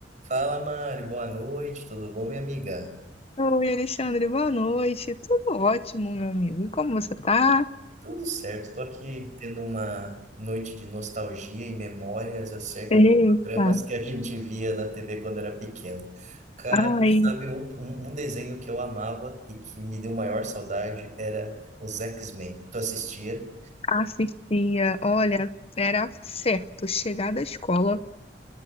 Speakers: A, on the right (about 45°); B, on the left (about 35°).
A: Fala, Mari, boa noite, tudo bom, minha amiga?
B: Oi, Alexandre, boa noite. Tudo ótimo, meu amigo. E como você tá?
A: Tudo certo, estou aqui tendo uma noite de nostalgia e memórias acerca
B: Eita,
A: dos programas que a gente via na TV quando era pequeno. Cara,
B: Ai,
A: sabe um, um, um desenho que eu amava e que me deu maior saudade era os X-Men. Tu assistia?
B: assistia. Olha, era certo chegar da escola,